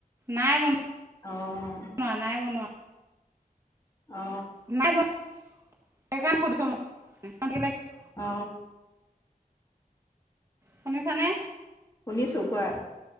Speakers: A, on the right (about 20°); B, on the left (about 20°).
A: নাই বনা
B: অঁ
A: <inaudible> নাই বনোৱা
B: অ
A: <inaudible>
B: অ
A: শুনিছানে
B: শুনিছো কোৱা